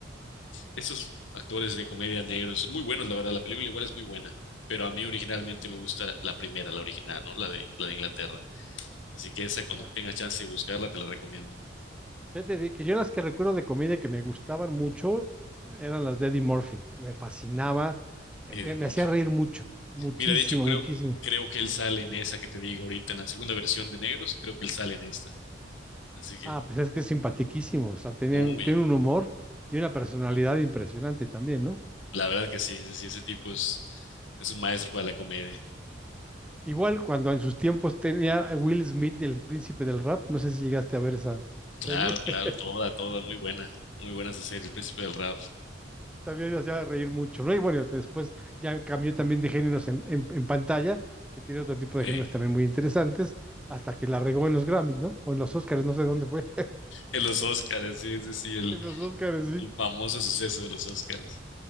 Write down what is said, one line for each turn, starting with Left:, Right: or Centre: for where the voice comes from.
Left: estos actores de comedia negros, son muy buenos, la verdad, la película igual es muy buena, pero a mí originalmente me gusta la primera, la original, ¿no? La de, la de Inglaterra. Así que esa, cuando
Centre: Ya.
Left: tengas chance de buscarla, te la recomiendo.
Centre: Ya te dije que yo las que recuerdo de comedia que me gustaban mucho eran las de Eddie Murphy. Me fascinaba
Left: Eddie
Centre: me, me
Left: Murphy.
Centre: hacía reír mucho, muchísimo,
Left: Mira, de hecho, creo,
Centre: muchísimo.
Left: creo que él sale en esa que te digo ahorita, en la segunda versión de Negros, creo que él sale en esta. Así que,
Centre: Ah, pues es que es simpaticísimo, o sea, tiene,
Left: muy,
Centre: tiene un humor y una personalidad
Left: muy,
Centre: impresionante también, ¿no?
Left: la verdad que sí, ese, sí, ese tipo es, es un maestro para la comedia.
Centre: Igual cuando en sus tiempos tenía a Will Smith, el príncipe del rap, no sé si llegaste a ver esa serie,
Left: Claro,
Centre: <laughs>
Left: claro, toda, toda, muy buena, muy buena esa serie, El Príncipe del Rap.
Centre: también hacía reír mucho, ¿no? Y bueno, después ya cambió también de géneros en, en, en pantalla, que tiene otro tipo
Left: Sí.
Centre: de géneros también muy interesantes, hasta que la regó en los Grammys, ¿no? O en los Oscars, no sé dónde fue,
Left: En los Oscars, sí, ese sí,
Centre: <laughs>
Left: el,
Centre: en los Oscars, sí.
Left: El famoso suceso de los Oscars.